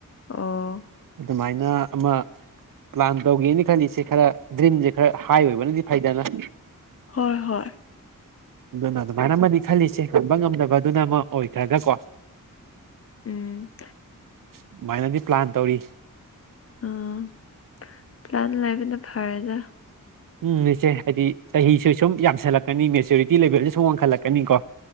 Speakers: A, on the left; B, on the right.
A: ꯑꯣ
B: ꯑꯗꯨꯃꯥꯏꯅ ꯑꯃ ꯄ꯭ꯂꯥꯟ ꯇꯧꯒꯦꯅ ꯈꯜꯂꯤꯁꯦ ꯈꯔ ꯗ꯭ꯔꯤꯝꯁꯦ ꯈꯔ ꯍꯥꯏ ꯑꯣꯏꯕꯅꯗꯤ ꯐꯩꯗꯅ
A: ꯍꯣꯏ ꯍꯣꯏ
B: ꯑꯗꯨꯅ ꯑꯗꯨꯃꯥꯏꯅ ꯑꯃꯗꯤ ꯈꯜꯂꯤꯁꯦ ꯉꯝꯕ ꯉꯝꯗꯕꯗꯨꯅ ꯑꯃ ꯑꯣꯏꯈ꯭ꯔꯒꯀꯣ
A: ꯎꯝ
B: ꯑꯗꯨꯃꯥꯏꯅꯗꯤ ꯄ꯭ꯂꯥꯟ ꯇꯧꯔꯤ
A: ꯎꯝ ꯄꯂꯥꯟ ꯂꯩꯕꯅ ꯐꯔꯦꯗ
B: ꯎꯝ ꯏꯆꯦ ꯍꯥꯏꯗꯤ ꯆꯍꯤꯁꯨ ꯁꯨꯝ ꯌꯥꯝꯁꯜꯂꯛꯀꯅꯤ ꯃꯦꯆꯨꯔꯤꯇꯤ ꯂꯦꯚꯦꯜꯗ ꯁꯨꯝ ꯋꯥꯡꯈꯠꯂꯛꯀꯅꯤ ꯀꯣ